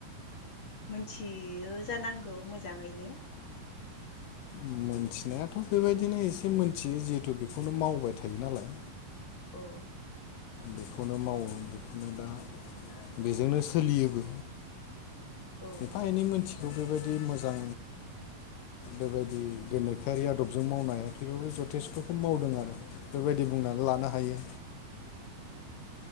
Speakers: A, on the left; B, on the left.
A: मोनथियो जानांगौ मोजाङैनो
B: उम मोनथिनायाथ' बेबायदिनो एसे मोनथियो जिहेथु बेखौनो मावबाय थायो नालाय
A: औ
B: बेखौनो मावो बेखौनो दा बेजोंनो सोलियोबो
A: अ
B: एफा एनै मोनथि थ' बेबायदि मोजां बेबायदि गोनोखोआरि आदबजों मावनाय बेफोरखौ जथेस्थ'खौ मावदों आरो बेबायदि बुंनानै लानो हायो